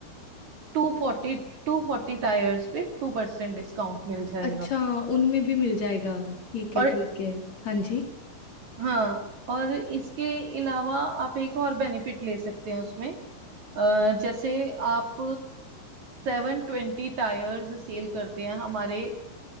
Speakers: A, on the right (about 50°); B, on the left (about 45°).
A: टू फोर्टी टू फोर्टी टायर्स पे टू परसेंट डिस्काउंट मिल जाएगा
B: अच्छा उनमें भी मिल जाएगा ठीक है
A: और
B: ठीक है हाँ जी
A: हाँ और इसके अलावा आप एक और बेनिफिट ले सकते हैं उसमें अ, जैसे आप सेवन ट्वेंटी टायर्स सेल करते हैं हमारे